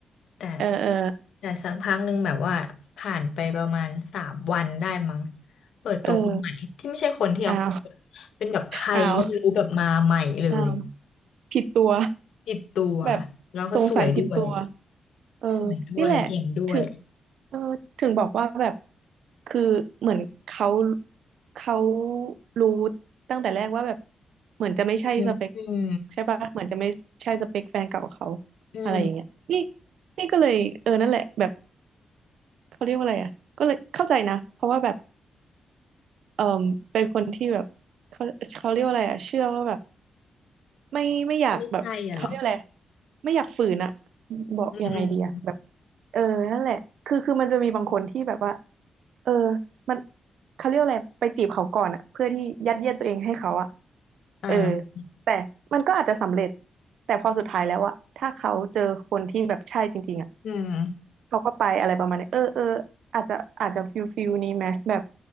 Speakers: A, on the left (about 80°); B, on the right (about 80°).
A: แต่
B: เออเออ
A: แต่สักพักหนึ่งแบบว่าผ่านไปประมาณสามวันได้มั้ง เปิดตัวคนใหม่ที่ไม่ใช่คนที่ออฟฟิศ
B: เอออ้าว
A: เป็นแบบใครก็ไม่รู้แบบมาใหม่เลย
B: อ้าว <laughs> อ้าวผิดตัว
A: ติดตัว
B: แบบ
A: แล้วก็สวยด้วย
B: สงสัยผิดตัว เออ
A: สวยด้วยเก่งด้วย
B: นี่แหละถึงเออถึงบอกว่าแบบคือเหมือนเขาเขารู้ตั้งแต่แรกว่าแบบเหมือนจะไม่ใช่สเปค
A: อืมอืม
B: ใช่ปะเหมือนจะไม่ใช่สเปคแฟนเก่าเขา
A: อืม
B: อะไรอย่างเงี้ยนี่นี่ก็เลยเออนั่นแหละแบบเขาเรียกว่าอะไรอ่ะก็เลยเข้าใจนะเพราะว่าแบบ เอ่อเป็นคนที่แบบเขาเขาเรียกว่าอะไรอะเชื่อว่าแบบไม่ไม่อยากแบบเขาเรียกอะไร
A: ไม่ใช่อะเหรอ
B: ไม่อยากฝืนอะบอกยังไงดีอะแบบ
A: อืมอืม
B: เออนั่นแหละคือคือมันจะมีบางคนที่แบบว่าเออมันเขาเรียกว่าอะไรไปจีบเขาก่อนอะเพื่อที่ยัดเยียดตัวเองให้เขาอะ
A: อ่า
B: เออแต่มันก็อาจจะสำเร็จแต่พอสุดท้ายแล้วอะถ้าเขาเจอคนที่แบบใช่จริงๆอะ
A: อืม
B: เขาก็ไปอะไรประมาณนี้เออเอออาจจะอาจจะฟิลฟิลนี้ไหมแบบ